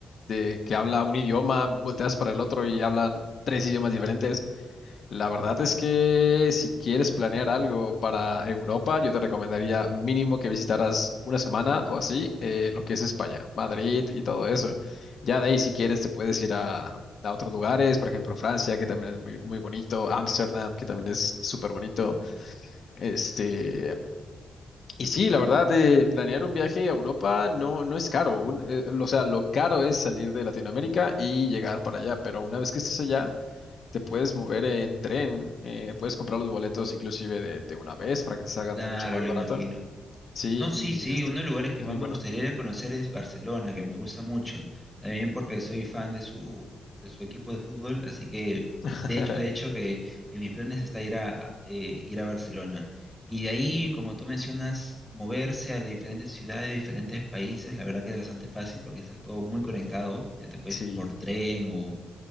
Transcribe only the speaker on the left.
de que habla un idioma, volteas para el otro y hablan tres idiomas diferentes. La verdad es que si quieres planear algo para Europa, yo te recomendaría mínimo que visitaras una semana o así eh, lo que es España, Madrid y todo eso. Ya de ahí, si quieres, te puedes ir a, a otros lugares, por ejemplo, Francia, que también es muy, muy bonito, Ámsterdam, que también es súper bonito. Este, y sí, la verdad, eh, planear un viaje a Europa no, no es caro. Un- eh, o sea, lo caro es salir de Latinoamérica y llegar para allá, pero una vez que estés allá te puedes mover en tren, eh, puedes comprar los boletos inclusive de, de una vez para que te salgan
mucho más
barato.
Sí,
y
este,
es
muy
bueno.
<laughs>
Sí,